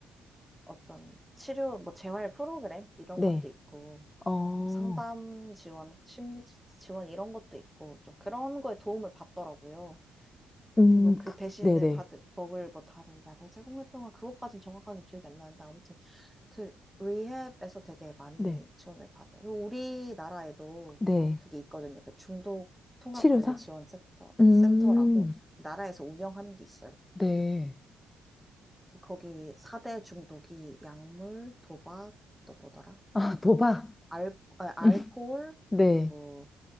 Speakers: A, in the centre; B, on the left.
A: 어떤 치료 뭐 재활 프로그램 이런
B: 네.
A: 것도 있고
B: 어.
A: 상담 지원, 심리 지원 이런 것도 있고 좀 그런 거에 도움을 받더라고요.
B: 음.
A: 그리고 그
B: 그-
A: 대신에
B: 네네.
A: 받을 먹을 뭐 다른 약을 제공했던 건 그것까진 정확하게 기억이 안 나는데 아무튼 그 리헵에서 되게 많이
B: 네.
A: 지원을 받아요. 그리고 우리나라에도
B: 네.
A: 그게 있거든요. 그 중독 통합
B: 치료사?
A: 관리 지원 센터
B: 음.
A: 센터라고 나라에서 운영하는 게 있어요.
B: 네.
A: 그래서 거기 4대 중독이 약물, 도박, 또 뭐더라?
B: 아, 도박.
A: 알, 아, 알코올
B: <laughs> 네.
A: 그리고